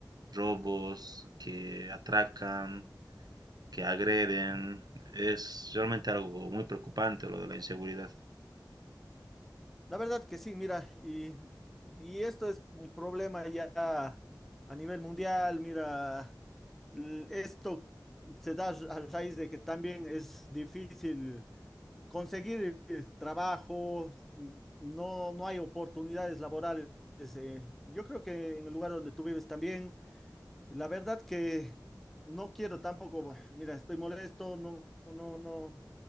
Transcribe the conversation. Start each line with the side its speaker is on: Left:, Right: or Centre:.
Right: Robos que atracan, que agreden. Es realmente algo muy preocupante lo de la inseguridad.
Centre: La verdad que sí, mira, y, y esto es un problema ya a nivel mundial, mira, l- esto se da a raíz de que también es difícil conseguir el trabajo, n- no, no hay oportunidades laborales. eh, Yo creo que en el lugar donde tú vives también, la verdad que no quiero tampoco, mira, estoy molesto, no, no, no,